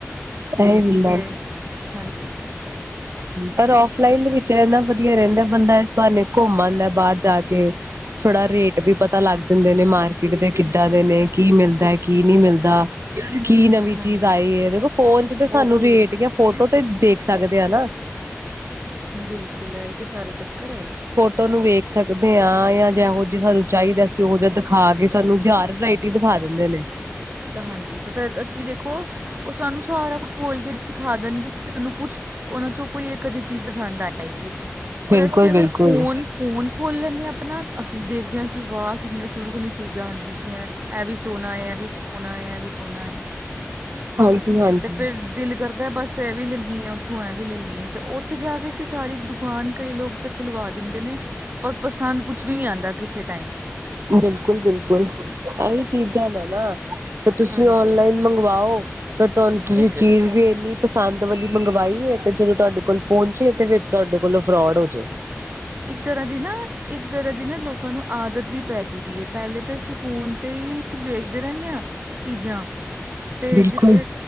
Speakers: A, on the right; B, on the right.
A: <inaudible>
B: ਤੇ ਹਾਂਜੀ
A: ਪਰ ਅਫਲਾਈਨ ਦੇ ਵਿੱਚ ਇਹਨਾ ਵਧੀਆ ਰਹਿੰਦਾ ਬੰਦਾ ਇਸ ਬਰੇ ਘੁੰਮਣਂਦਾ ਬਾਹਰ ਜਾ ਕੇ ਥੋੜਾ ਰੇਟ ਵੀ ਪਤਾ ਲੱਗ ਜਾਂਦੇ ਨੇ ਮਾਰਕੀਟ ਦੇ ਕਿੱਦਾਂ ਦੇ ਨੇ ਕੀ ਮਿਲਦਾ ਕੀ ਨਹੀਂ ਮਿਲਦਾ ਕੀ ਨਵੀਂ
B: ਹਾਂਜੀ
A: ਆਈ ਹੈ ਦੇਖੋ ਫੋਨ ਚ ਤੇ
B: ਉਹ
A: ਸਾਨੂੰ
B: ਉਹੀ
A: ਰੇਟ ਫੋਟੋ ਤੇ ਦੇਖ ਸਕਦੇ ਹਾਂ ਨਾ
B: ਬਿਲਕੁਲ ਏ ਇਹ ਤੇ ਸਾਰਾ ਚੱਕਰ ਹੈ
A: ਤੁਹਾਨੂੰ ਵੇਖ ਸਕਦੇ ਹਾਂ ਜਾਂ ਜਹੋ ਜਿ ਸਾਨੂੰ ਚਾਹੀਦਾ ਅਸੀਂ ਉਹੋ ਜਿਹਾ ਦਿਖਾ ਕੇ ਸਾਨੂੰ ਜ਼ਾਰ ਵਰਾਇਟੀ ਦਿਖਾ ਦਿੰਦੇ ਨੇ
B: ਹਾਂਜੀ ਤੇ ਫੇਰ ਅਸੀਂ ਦੇਖੋ ਉਹ ਸਾਨੂੰ ਸਾਰਾ ਕੁਛ ਖੋਲ ਕੇ ਦਿਖਾ ਦੇਣਗੇ ਸਾਨੂੰ ਕੁਛ ਉਹਨਾਂ ਚੋਂ ਕੋਈ ਕਦੇ ਚੀਜ਼ ਪਸੰਦ ਆਏਗੀ
A: ਬਿਲਕੁਲ
B: ਔਰ ਅਸੀਂ ਅਗਰ
A: ਬਿਲਕੁਲ
B: ਫੋਨ ਫੋਨ ਖੋਲ ਲੈਂਦੇ ਹਾਂ ਆਪਣਾ ਅਸੀਂ ਦੇਖਦੇ ਹਾਂ ਕਿ ਵਾਹ ਕਿੰਨੇ ਸੋਹਣੇ ਸੋਹਣੀ ਚੀਜ਼ਾਂ ਆਂਦੀ ਪਿਆ ਇਹ ਵੀ ਸੋਹਣਾ ਹੈ ਇਹ ਵੀ ਸੋਨਾ ਏ ਅ ਵੀ ਸੋਨਾ ਹੈ
A: ਹਾਂਜੀ ਹਾਂਜੀ
B: ਤੇ ਫਿਰ ਦਿਲ ਕਰਦਾ ਬਸ ਐਂ ਵੀ ਲੈ ਲਈਏ ਉੱਥੋਂ ਐਂ ਵੀ ਲੈ ਲਈਏ ਅਤੇ ਉੱਥੇ ਜਾ ਕੇ ਅਸੀਂ ਸਾਰੀ ਦੁਕਾਨ ਕਈ ਲੋਕ ਤਾਂ ਖੁਲਵਾ ਦਿੰਦੇ ਨੇ ਪਰ ਪਸੰਦ ਕੁਛ ਵੀ ਨਹੀਂ ਆਉਂਦਾ ਕਿਸੇ <unintelligible>
A: ਬਿਲਕੁਲ ਬਿਲਕੁਲ ਇਹੀ ਚੀਜ਼ਾਂ ਨੇ ਨਾ ਤੇ ਤੁਸੀਂ
B: ਹਾਂਜੀ
A: ਔਨਲਾਈਨ ਮੰਗਵਾਓ ਪਰ ਤੁਹਾਨੂੰ ਤੁਸੀਂ
B: ਇੱਕ
A: ਚੀਜ਼ ਵੀ ਇਨੀ ਪਸੰਦ ਵੀ ਮੰਗਵਾਈਏ ਤੇ ਜਦੋਂ ਤੁਹਾਡੇ ਕੋਲ ਪਹੁੰਚੇ ਤੇ ਫਿਰ ਤੁਹਾਡੇ ਕੋਲੋਂ ਫਰੋਡ ਹੋ ਜਾੇ
B: ਇੱਕ ਤਰ੍ਹਾਂ ਦੀ ਨਾ ਇੱਕ ਤਰ੍ਹਾਂ ਦੀ ਨਾ ਲੋਕਾਂ ਨੂੰ ਆਦਤ ਵੀ ਪੈ ਗ ਦੀ ਹੈ ਪਹਿਲੇ ਤਾਂ ਅਸੀਂ ਫੋਨ ਤੇ ਹੀ ਵੇਖਦੇ ਰਹਿੰਦੇ ਹਾਂ ਚੀਜ਼ਾਂ ਤੇ
A: ਬਿਲਕੁਲ
B: ਜਿਸ